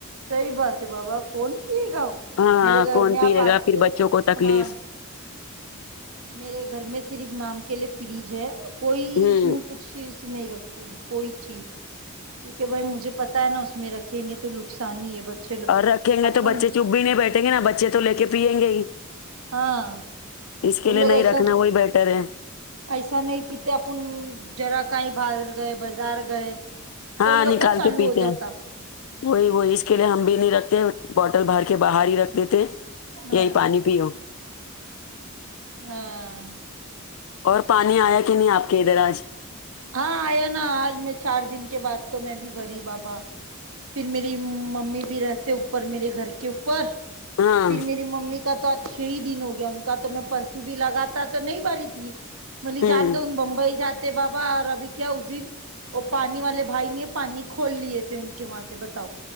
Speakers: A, on the right; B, on the left.
A: صحیح بات ہے بابا کون پیے گا ہو
B: ہاں
A: میرے گھر
B: کون
A: میں
B: پیے
A: آپ
B: گا
A: آتے
B: پھر بچوں کو تکلیف
A: ہاں میرے گھر میں صرف نام کے لیے فریج ہے کوئی
B: ہوں
A: اس میں کچھ چیز نہیں رکھتی ہوں میں کوئی چیز کیونکہ بھائی مجھے پتا ہے نا اس میں رکھیں گے تو نقصان ہی ہے بچے لوگ
B: اور رکھیں گے
A: اپن
B: تو بچے چپ بھی نہیں بیٹھیں گے نا بچے تو لے کے پیئیں گے ہی
A: ہاں
B: اس کے
A: ان
B: لیے
A: لوگ
B: نہیں
A: ایسا
B: رکھنا وہی بیٹر ہے
A: ایسا نہیں پیتے اپن جرا کہیں باہر گئے بازار گئے
B: ہاں
A: تو ان لوگ
B: نکال
A: کا چالو
B: کے پیتے
A: ہو جاتا
B: ہیں وہی وہی اس کے لیے ہم بھی نہیں رکھتے بوٹل بھر کے باہر ہی رکھ دے دیتے
A: ہاں
B: یہی پانی پیو
A: ہاں
B: اور پانی آیا کہ نہیں آپ کے ادھر آج
A: ہاں آیا نا آج میں چار دن کے بعد تو میں بھی بھری بابا پھر میری ممی بھی رہتے اوپر میرے گھر کے اوپر
B: ہاں
A: پھر میری ممی کا تو ا چھ ہی دن ہو گیا ان کا تو میں پرسوں بھی لگاتا تو نہیں بھری تھی ملی
B: ہوں
A: جان دن بمبئی جاتے بابا اور ابھی کیا اس دن اور پانی والے بھائی نے پانی کھول لیے تھے ان کے وہاں سے بتاؤ